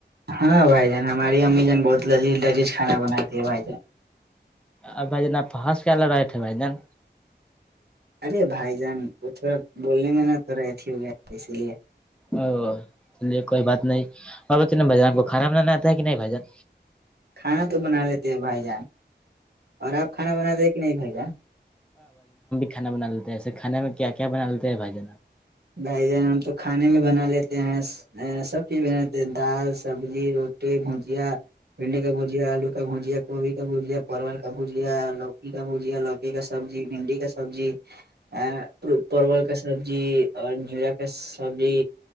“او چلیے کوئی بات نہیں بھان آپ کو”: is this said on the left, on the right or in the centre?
Centre